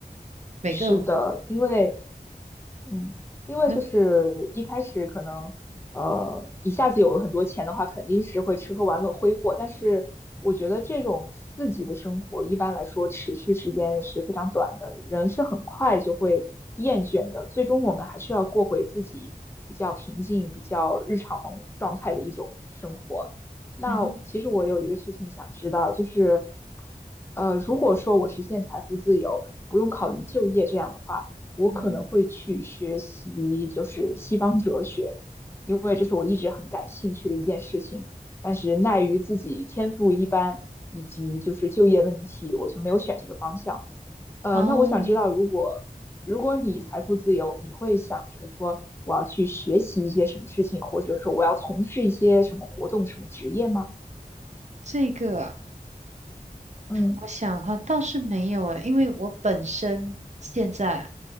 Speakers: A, on the right; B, on the left.
A: 每个
B: 是的，因为嗯，因为就是一开始可能，
A: 那
B: 呃，一下子有了很多钱的话，肯定是会吃喝玩乐挥霍。但是我觉得这种刺激的生活，一般来说持续时间是非常短的，人是很快就会厌倦的。最终我们还是要过回自己比较平静、比较日常状态的一种生活。那其实我有一个事情想知道，
A: 嗯哼
B: 就是，呃，如果说我实现财富自由，不用考虑就业这样的话。我可能会去学习就是西方哲学，
A: 嗯哼
B: 因为这是我一直很感兴趣的一件事情。但是奈于自己天赋一般，以及就是就业问题，我就没有选这个方向。呃，
A: 哦，
B: 那我想知道，如果如果你财富自由，你会想着说我要去学习一些什么事情，或者说我要从事一些什么活动、什么职业吗？
A: 这个啊
B: 嗯
A: 我想哈，倒是没有诶，因为我本身现在